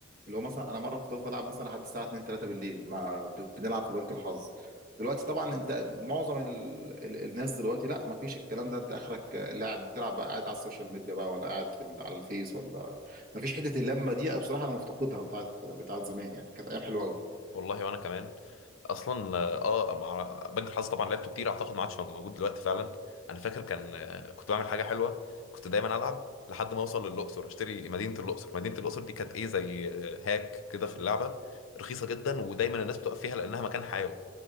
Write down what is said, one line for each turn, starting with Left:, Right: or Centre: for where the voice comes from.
Right: اللي هو مثلا انا مره فضلت العب مثلا لحد الساعه 2 3 بالليل مع ب- بنلعب في بنك الحظ دلوقتي طبعا انت معظم ال... ال... الناس دلوقتي لا ما فيش الكلام ده انت اخرك لاعب بتلعب بقى قاعد على السوشيال ميديا بقى ولا قاعد في ال... على الفيس ولا ما فيش حته اللمه دي أنا بصراحه انا مفتقدها بتاعت بتاعت زمان يعني كانت ايام حلوه قوي
Left: والله وانا كمان اصلا اه آه، مع بنك الحظ طبعا لعبته كتير اعتقد ما عادش موجود دلوقتي فعلا انا فاكر كان آه، كنت بعمل حاجه حلوه كنت دايما العب لحد ما اوصل للاقصر اشتري مدينه الاقصر مدينه الاقصر دي كانت ايه زي آه، هاك كده في اللعبه رخيصه جدا ودايما الناس بتقف فيها لانها مكان حيوي